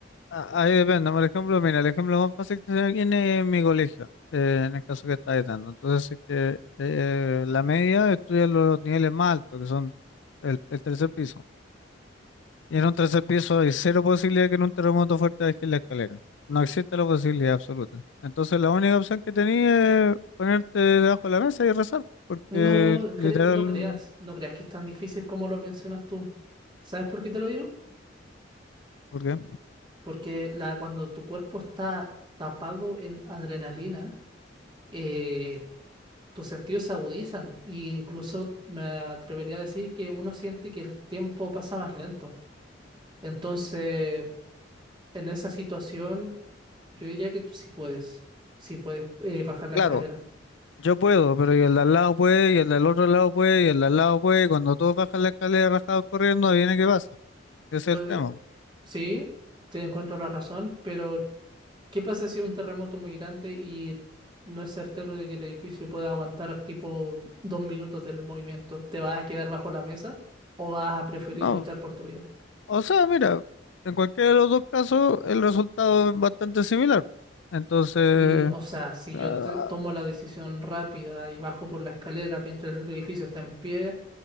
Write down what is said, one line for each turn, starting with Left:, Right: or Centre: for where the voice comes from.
Left: a- ahí depende. Por ejemplo, mira, el ejemplo más fácil que se me viene es mi colegio, eh, en el caso que está dando. Entonces, si es que eh, la media estudia los niveles más altos, que son el, el tercer piso. Y en un tercer piso hay cero posibilidad que en un terremoto fuerte bajes la escalera. No existe la posibilidad absoluta. Entonces la única opción que tenía es ponerte debajo de la mesa y rezar, porque
Right: No, cre-
Left: literal,
Right: no creas, no creas que es tan difícil como lo mencionas tú. ¿Sabes por qué te lo digo?
Left: porque
Right: Porque la, cuando tu cuerpo está tapado en adrenalina, eh, tus sentidos se agudizan e incluso me atrevería a decir que uno siente que el tiempo pasa más lento. Entonces, en esa situación, yo diría que tú sí puedes, sí puedes eh, bajar la
Left: claro,
Right: escalera.
Left: yo puedo, pero y el de al lado puede, y el del otro lado puede, y el de al lado puede, y cuando todos bajan la escalera rajados corriendo, viene qué pasa. Ese es
Right: Eh,
Left: el tema.
Right: sí, te encuentro la razón, pero ¿Qué pasa si es un terremoto muy grande y no es certero de que el edificio pueda aguantar tipo dos minutos del movimiento? ¿Te vas a quedar bajo la mesa o vas a preferir
Left: No,
Right: luchar por tu vida?
Left: o sea, mira, en cualquiera de los dos casos el resultado es bastante similar. Entonces,
Right: Mm, o sea, si
Left: ah,
Right: yo te- tomo la decisión rápida y bajo por la escalera mientras el edificio está en pie,